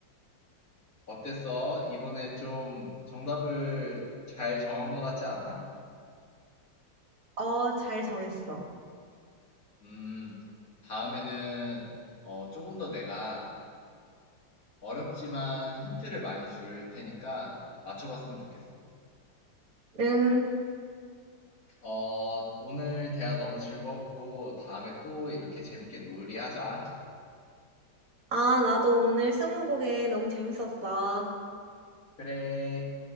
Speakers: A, on the left (about 50°); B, on the right (about 50°).
A: 어땠어? 이번에 좀 정답을 잘 정한 것 같지 않아?
B: 어, 잘 정했어.
A: 음, 다음에는 어, 조금 더 내가 어렵지만 힌트를 많이 줄 테니까 맞춰봤으면 좋겠어.
B: 응.
A: 어, 오늘 대화 너무 즐거웠고 다음에 또 이렇게 재밌게 놀이하자.
B: 아, 나도 오늘 스무고개 너무 재밌었어.
A: 그래.